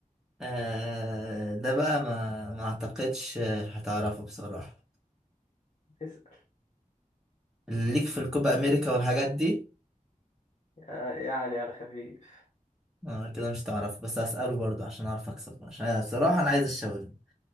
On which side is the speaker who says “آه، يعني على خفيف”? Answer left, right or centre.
Left